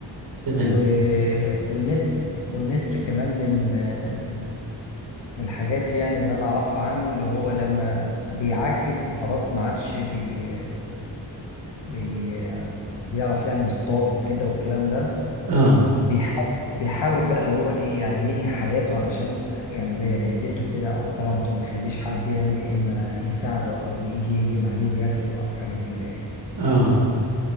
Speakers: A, on the right; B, on the left.
A: تمام
B: و... والنسر والنسر كمان من آه، من الحاجات يعني اللي انا اعرفها عنه اللي هو لما بيعجز وخلاص ما عادش بي بي... بيعرف يعني يصطاد وكده والكلام ده
A: اه
B: بيحاول بيحاول بقى اللي هو ايه يعني ينهي حياته علشان يعني زي عزته كده او كرامته ما يخليش حد يعني لا اما يساعده او يجي يهجم عليه وياكله او حاجة كده يعني
A: اه